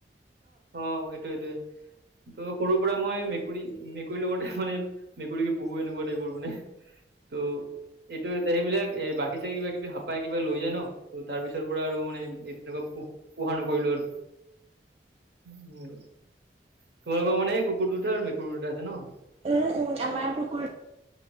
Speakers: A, on the right (about 60°); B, on the right (about 35°).
A: অ এইটো এইটোৱে ত সৰুৰ পৰা মই মেকুৰী মেকুৰীৰ লগতে মানে মেকুৰী পুহু এনেকুৱা টাইপৰ মানে। ত এইটো ইয়াতে এইবিলাক এ বাঘে চাঘে কিবা কিবি হাপাই কিবা লৈ যায় ন। তাৰ পিছৰ পৰা আৰু মানে এ তেনেকুৱা পো পোহা নকৰিলো আৰু। উ তোমালোকৰ মানে কুকুৰ দুটা আৰু মেকুৰী দুটা আছে ন।
B: উম উম আমাৰ কুকুৰ